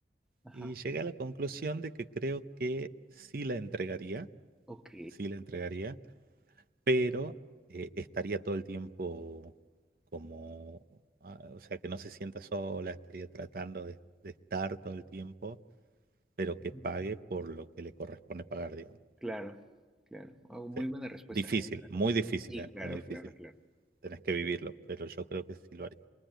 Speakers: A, in the centre; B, on the right (about 55°).
A: Ajá.
B: Y llegué a la conclusión de que creo que sí la entregaría,
A: Ok.
B: sí la entregaría, pero eh, estaría todo el tiempo como, ah, o sea, que no se sienta sola, estaría tratando de, de estar todo el tiempo, pero
A: Ujú.
B: que pague por lo que le corresponde pagar, digamos.
A: Claro, claro. Ah, muy
B: Sí.
A: buena respuesta,
B: Difícil,
A: eh, buena respuesta.
B: muy difícil,
A: Sí,
B: ¿eh?
A: claro,
B: Muy difícil.
A: claro, claro.
B: Tenés que vivirlo, pero yo creo que sí lo haría.